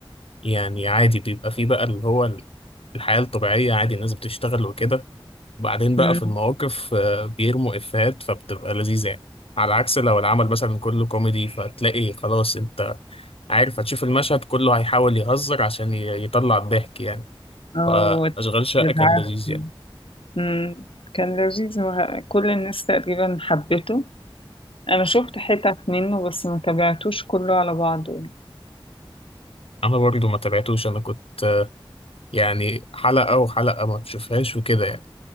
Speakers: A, on the left; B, on the left.
A: يعني عادي بيبقى فيه بقى اللي هو الحياة الطبيعية عادي الناس بتشتغل وكده وبعدين بقى
B: مم.
A: في المواقف آه، بيرموا إفيهات فبتبقى لذيذة يعني على عكس لو العمل مثلا كله كوميدي فتلاقي خلاص انت عارف هتشوف المشهد كله هيحاول يهزر عشان ي- يطلع الضحك يعني
B: اه
A: فأشغال
B: وت-
A: شقة
B: بالعافية.
A: كان لذيذ يعني
B: مم. كان لذيذ وه- كل الناس تقريبا حبته انا شفت حتت منه بس ما تابعتوش كله على بعضه يعني
A: أنا برضو ما تابعتوش أنا كنت يعني حلقة وحلقة ما تشوفهاش وكده يعني